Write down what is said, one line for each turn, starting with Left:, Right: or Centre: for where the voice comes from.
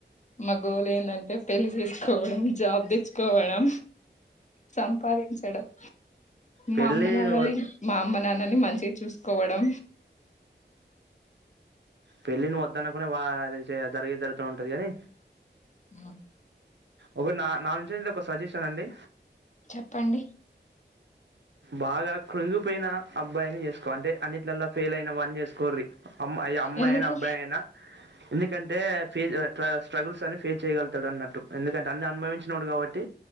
Left: మా గోళ్ ఏంట అంటే పెళ్లి చేసుకోవడంమ్ జాబ్ తెచ్చుకోవడం సంపాదించడంమ్
Right: పెళ్లి
Left: మా అమ్మ నాన్నల్
Right: నువ్వు
Left: నీ మా అమ్మ నాన్నని మంచిగా చూసుకోవడం మ్
Right: పెళ్ళి నువు వద్ద అన్న కుడ వా అదే జరిగే జరుగుత ఉంట అది కానీ
Left: అ
Right: ఒక నా నాన్ నుంచి ఒక సజీషన్ అండి
Left: చెప్ప అండి
Right: బాగా కుళ్ళుపోయినా అబ్బాయిని చేసుకో అంటే అన్నింట్ల అల్లా ఫెయిల్ అయిన వాన్ని చేసుకో న్ రి అమ్మా అయ్యా అమ్మాయినా
Left: ఎందుకు
Right: అబ్బాయి అయినా ఎందుకంటే ఫిజ్ స్ట్ర స్ట్రగుల్స్ అన్ని ఫేస్ చేయగలుగుతాడ అన్నట్టు ఎందుకంటే అన్ని అనుభవించి నోడు కాబట్టి